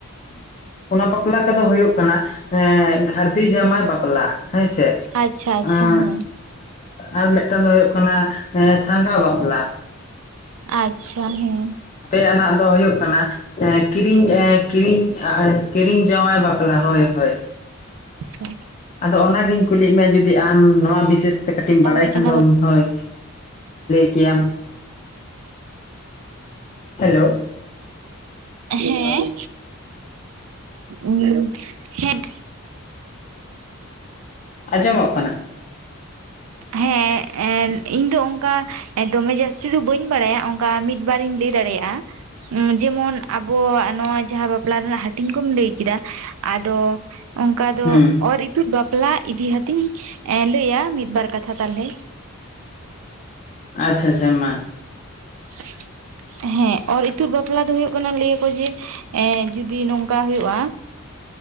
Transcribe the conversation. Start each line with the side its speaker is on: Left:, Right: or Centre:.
Left: ᱚᱱᱟ ᱵᱟᱯᱞᱟ ᱠᱚᱫᱚ ᱦᱩᱭᱩᱜ ᱠᱟᱱᱟ ᱮ ᱜᱷᱟᱹᱨᱫᱤ ᱡᱟᱶᱟᱭ ᱵᱟᱯᱞᱟ ᱦᱚᱭ ᱥᱮ
Right: ᱟᱪᱪᱷᱟ ᱟᱪᱪᱷᱟ
Left: ᱟ
Right: ᱦᱮᱸ
Left: ᱟᱨ ᱢᱤᱫ ᱢᱤᱫ ᱴᱟᱝ ᱫᱚ ᱦᱳᱭᱳᱜᱠᱟᱱᱟ ᱮ ᱥᱟᱸᱜᱷᱟ ᱵᱟᱯᱞᱟ
Right: ᱟᱪᱪᱷᱟ ᱦᱮᱸ
Left: ᱢᱤᱫ ᱴᱟᱱᱟᱜ ᱫᱚ ᱦᱩᱭᱩᱜ ᱠᱟᱱᱟ ᱠᱤᱨᱤᱧ ᱠᱤᱨᱤᱧ ᱠᱤᱨᱤᱧ ᱡᱟᱶᱟᱭ ᱵᱟᱯᱞᱟ ᱦᱳᱭ ᱦᱳᱭ
Right: ᱟᱪᱪᱷᱟ
Left: ᱟᱫᱚ ᱚᱱᱟ ᱜᱤᱧ ᱠᱩᱞᱤ ᱮᱫ ᱢᱮᱭᱟ ᱡᱩᱫᱤ ᱟᱢ ᱱᱚᱣᱟ ᱵᱤᱥᱮᱥ ᱠᱟᱹᱴᱤᱡ ᱮᱢ ᱵᱟᱲᱟᱭ
Right: ᱦᱩᱭ
Left: ᱠᱷᱟᱱ
Right: ᱠᱟᱱᱟ
Left: ᱫᱚ ᱦᱳᱭ ᱠᱮᱭᱟᱢ ᱦᱮᱞᱳ
Right: ᱦᱮᱸ
Left: ᱦᱳᱭ
Right: <unintelligible> ᱦᱮᱸ
Left: ᱟᱸᱡᱚᱢᱚᱜ ᱠᱟᱱᱟ
Right: ᱦᱮᱸ ᱮᱜ ᱤᱧ ᱫᱚ ᱚᱱᱠᱟ ᱫᱚᱢᱮ ᱡᱟᱹᱥᱛᱤ ᱫᱚ ᱵᱟᱹᱧ ᱵᱟᱲᱟᱭᱟ ᱚᱱᱠᱟ ᱢᱤᱫ ᱵᱟᱨᱤᱧ ᱞᱟᱹᱭ ᱫᱟᱲᱮᱭᱟᱜᱼᱟ ᱡᱮᱢᱚᱱ ᱟᱵᱚᱣᱟᱜ ᱱᱚᱣᱟ ᱡᱟᱦᱟᱸ ᱵᱟᱯᱞᱟ ᱨᱮᱱᱟᱜ ᱦᱟᱹᱴᱤᱧ ᱠᱚᱢ ᱞᱟᱹᱭ ᱠᱮᱫᱟ ᱟᱫᱚ ᱚᱱᱠᱟ ᱫᱚ
Left: ᱦᱩᱸ
Right: ᱚᱨ ᱤᱠᱩᱫ ᱵᱟᱯᱞᱟ ᱤᱫᱤ ᱦᱟᱛᱤᱧ ᱞᱟᱹᱭᱟ ᱢᱤᱫ ᱵᱟᱨ ᱠᱟᱛᱷᱟ ᱛᱟᱦᱚᱞᱮ
Left: ᱟᱪᱪᱷᱟ ᱟᱪᱪᱷᱟ ᱢᱟ
Right: <unintelligible> ᱦᱮᱸ ᱚᱨ ᱤᱛᱩᱫ ᱵᱟᱯᱞᱟ ᱫᱚ ᱦᱩᱭᱩᱜ ᱠᱟᱱᱟ ᱞᱟᱹᱭᱟ ᱠᱚ ᱡᱮ ᱮ ᱡᱚᱫᱤ ᱱᱚᱝᱠᱟ ᱦᱩᱭᱩᱜᱼᱟ